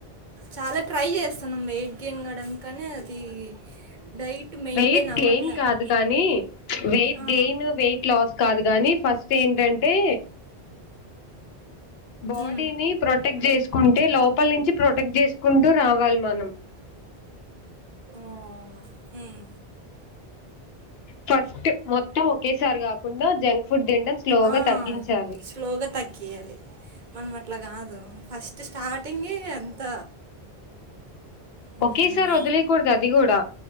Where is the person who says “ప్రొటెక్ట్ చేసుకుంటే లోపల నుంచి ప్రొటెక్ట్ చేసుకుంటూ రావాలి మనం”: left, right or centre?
Left